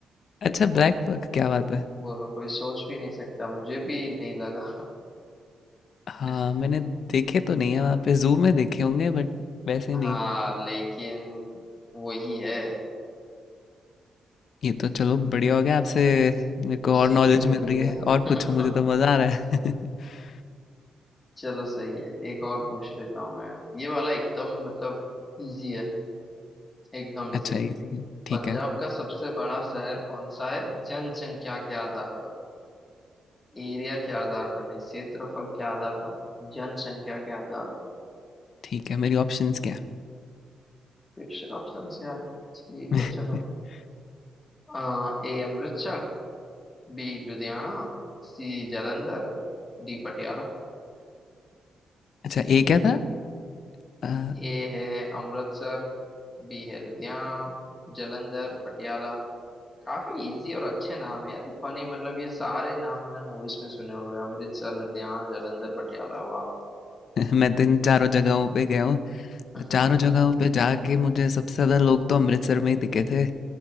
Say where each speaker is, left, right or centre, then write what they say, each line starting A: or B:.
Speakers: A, on the left; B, on the left.
A: अच्छा ब्लैक बक क्या बात है
B: बोलो कोई सोच भी नहीं सकता मुझे भी नहीं लगा
A: हाँ
B: <laughs>
A: मैंने देखे तो नहीं है वहाँ पे जू में देखे होंगे बट वैसे नहीं
B: हाँ लेकिन वही है
A: ये तो चलो बढ़िया हो गया आपसे मेरे
B: कुछ
A: को
B: सीखने
A: और नॉलेज
B: में
A: मिल
B: मिल
A: रही
B: गया
A: है और पूछो मुझे
B: <laughs>
A: तो मज़ा आ रहा है <laughs>
B: चलो सही है एक और पूछ लेता हूँ मैं अब। ये वाला एकदम मतलब इजी है एकदम
A: अच्छा
B: इजी
A: इजी है ठीक
B: पंजाब
A: है
B: का सबसे बड़ा शहर कौन सा है जनसंख्या के आधार पर एरिया के आधार पर नहीं क्षेत्रफल के आधार पर नहीं जनसंख्या के आधार पर
A: ठीक है मेरी ऑप्शंस क्या है
B: फिर से ऑप्शन से यार ठीक
A: <laughs>
B: है चलो आ, A Amritsar B Ludhiana C Jalandhar D Patiala
A: अच्छा ए क्या था आ,
B: A है अमृतसर बी है लुधियाना जलंधर पटियाला काफी इजी और अच्छे नाम है यार फनी मतलब ये सारे नाम मैंने मूवीज में सुने हुए हैं अमृतसर लुधियाना जलंधर पटियाला वाह
A: <laughs> मैं तो इन चारों जगहों पे गया
B: <laughs>
A: चारों जगहों पे जाके मुझे सबसे ज़्यादा लोग तो अमृतसर में ही दिखे थे